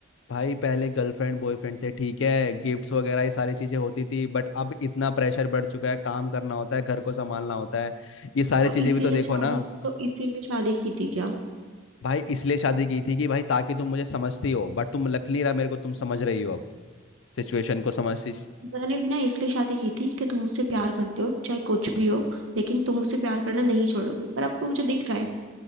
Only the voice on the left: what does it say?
भाई पहले गर्लफ्रेंड बॉयफ्रेंड थे ठीक है गिफ्ट्स वगैरह ये सारी चीज़ें होती थी बट अब इतना प्रेशर बढ़ चुका है काम करना होता है घर को संभालना होता है ये सारी
चीज़ें
भी तो देखो
ना
भाई इसलिए शादी की थी कि भाई ताकि तुम मुझे समझती हो बट तुम लग नहीं रहा मेरे को तुम समझ रही हो अब सिचुएशन को समझती